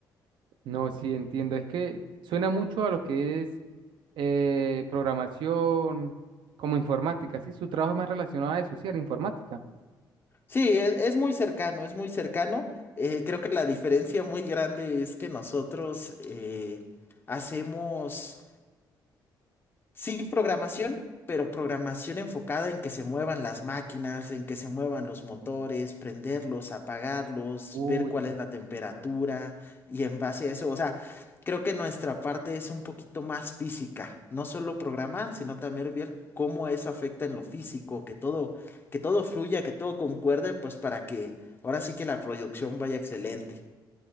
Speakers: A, on the right; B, on the left.
A: No, sí, entiendo. Es que suena mucho a lo que es eh, programación como informática, ¿sí? Su trabajo es más relacionado a eso, sí, a la informática.
B: Sí, es, es muy cercano, es muy cercano. Eh, creo que la diferencia muy grande es que nosotros eh, hacemos... Sí, programación, pero programación enfocada en que se muevan las máquinas, en que se muevan los motores, prenderlos, apagarlos,
A: Uy,
B: ver cuál es la temperatura y en base a eso, o sea, creo que nuestra parte es un poquito más física, no solo programar, sino también ver cómo eso afecta en lo físico, que todo, que todo fluya, que todo concuerde, pues para que ahora sí que la producción vaya excelente.